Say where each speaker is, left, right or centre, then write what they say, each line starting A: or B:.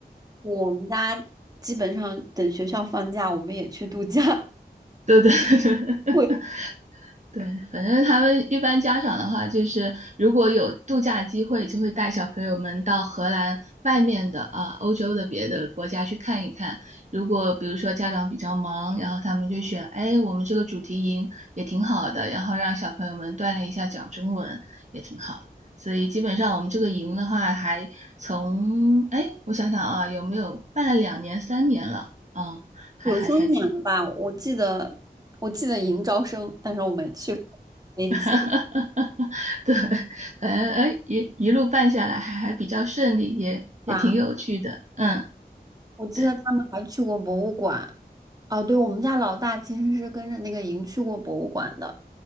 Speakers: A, on the right; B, on the right.
A: 我们家基本上等学校放假，我们也去度假。
B: 对对。<laughs>
A: 会
B: 对，反正他们一般家长的话，就是如果有度假机会，就会带小朋友们到荷兰外面的啊，欧洲的别的国家去看一看。如果比如说家长比较忙，然后他们就选，哎，我们这个主题营也挺好的，然后让小朋友们锻炼一下讲中文也挺好。所以基本上我们这个营的话，还从，哎，我想想啊，有没有办了两年、三年了啊，还还还挺。
A: 有三年了吧？我记得，我记得迎招生，但是我没去，没计
B: <laughs> 哈哈哈！哈对，反正哎一一路办下来还还比较顺利，也也挺有趣的。
A: 划。
B: 嗯，
A: 我记得他们还去过博物馆。
B: 对，
A: 哦，对，我们家老大其实是跟着那个营去过博物馆的。